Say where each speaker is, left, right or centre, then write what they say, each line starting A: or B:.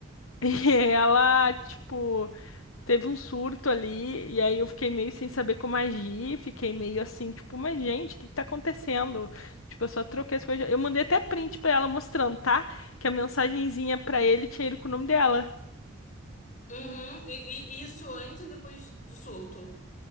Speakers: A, on the left; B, on the left.
A: E ela, tipo, teve um surto ali, e aí eu fiquei meio sem saber como agir, fiquei meio assim, tipo, mas gente, o que que tá acontecendo? Tipo, eu só troquei as coisas. Eu mandei até print pra ela mostrando, tá? Que a mensagenzinha pra ele tinha ido com o nome dela.
B: uhum. E, e isso antes ou depois do surto?